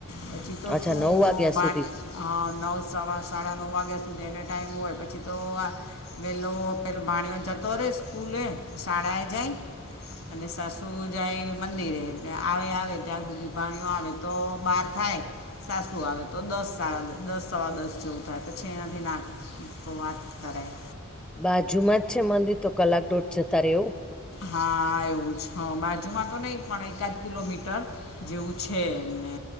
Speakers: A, on the left; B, in the centre.
A: પછી તો
B: અચ્છા
A: શું
B: નવ વાગ્યા
A: બાણી
B: સુધી
A: હા નવ સવા સાડા નવ વાગ્યા સુધી એનો ટાઈમ હોય પછી તો વેલો પેલો ભણીઓ જતો રહેે સ્કૂલે શાળાએ જાય અને સાસુ જ જ મંદિરે આવે આવે ત્યાં સુધી પાણીઓ આવે તો બહાર થાય સાસું આવે તો દસ સાડા દસ સવા દસ જેવું થાય પછી એનાથી નાખ તો વાત કરાય
B: બાજુમાં જ છે મંદિર તો કલાક દોઢ જતા રહેવું
A: હા એવું છે હં બાજુમાં તો નહીં પણ એકાદ કિલોમીટર જેવું છે એમને